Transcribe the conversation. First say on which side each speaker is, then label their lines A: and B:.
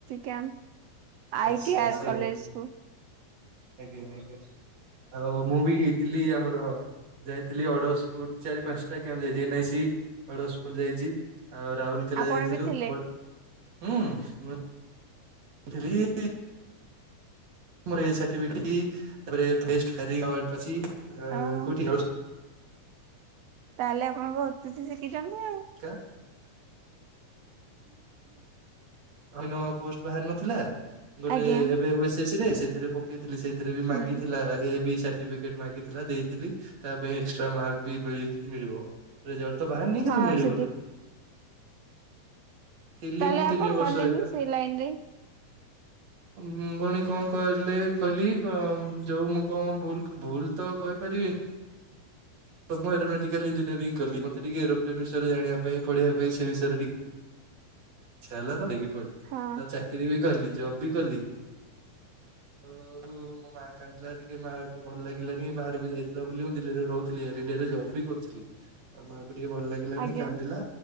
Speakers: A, on the right; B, on the right.
A: କ୍ୟାପ ଆଇ
B: ଆଚ୍ଛା ସେଇଠି
A: କଲେଜକୁ।
B: ଆଜ୍ଞା ଆଜ୍ଞା ଆଉ ମୁଁ ବି ହେଇଥିଲି ଆମର ଯାଇଥିଲି ଅଡ ସ୍ପୋର୍ଟସ ଚାରି ପାଞ୍ଚଟା କ୍ୟାମ୍ପ ଯାଇଚି ଏନ ଆଇ ସି ଅଡ଼ଶପୁର ଯାଇଚି ଆଉ ରାହୁଲ କେଲା
A: ଆପଣ
B: ଯାଇଥିଲୁ
A: ବି ଥିଲେ
B: ବଟ ହୁଁ। <inaudible> <unintelligible>
A: ଓହୋ ତାହେଲେ ଆପଣ ବହୁତ କିଛି ଶିଖିଛନ୍ତି ଆଉ।
B: <unintelligible> ଅନ୍ୟ ପୋଷ୍ଟ ବାହାରି ନଥିଲା ଗୋଟେ
A: ଆଜ୍ଞା
B: ଏବେ ଓ ସି ସି ରେ ସେଥିରେ ପ କେଇଥିଲି ସେଇଥିରେ ବି
A: ହୁଁ
B: ମାଗିଥିଲା ଏ ବି ସା ର୍ଟିଫିକେଟ ମାଗିଥିଲା ଦେଇଥିଲି ତା ପାଇଁ ଏକ୍ସଟ୍ରା ମାର୍କ ବି ମିଳି ମିଳିବ। ରେଜଲ୍ଟ ତ ବାହାରି ନିଁ କିନ୍ତୁ
A: ହଁ
B: ମିଳି
A: ସେଠି
B: ଥିଲି
A: ତାହେଲେ
B: ମୁଁ ତିନି
A: ଆପଣ
B: ବର୍ଷ
A: ଗଲେନି
B: ହେକା।
A: ସେଇ ଲାଇନ ରେ
B: ମୁଁ ପୁଣି କଣ କଲି କହିଲି କ ଯୋଉ ମୁଁ କଣ ଭୁଲ କ ଭୁଲ ତ କହିପାରି ତ ମୁଁ ଏରୋନେଟିକାଲ ଇଞ୍ଜିନିୟରିଂ କଲି ମୋତେ ଟିକଏ ଏରୋପ୍ଲେନ୍ ବିସୟରେ ଜାଣିବା ପାଇଁ ପଢ଼ିବା ପାଇଁ ସେ ବିଷୟରେ ଟିକେ ଛା ହେଲା ତ ଦେଇକି ପଡିଲି
A: ହଁ
B: ତ ଚାକିରିୀ ବି କଲି ଜବ ବି କଲି। ତ ଆଉ ମୋ ମାଆ କାନ୍ନ୍ଦିଲା ଟିକେ ମାକୁ ଭଲ ଲାଗିଲାନି ବାହାରକୁ ଯାଇଥିଲା ବୋଲି ମୁଁ ଦିଲ୍ଲୀରେ ରହୁ ଥିଲି ଏୟାର ଇଣ୍ଡିଆରେ ଜବ୍ ବି କରୁଥିଲି ଆଉ ମାଆ କୁ ଟିକେ ଭଲ ଲାଗିଲାନି
A: ଆଜ୍ଞା।
B: କାନ୍ଦିଲା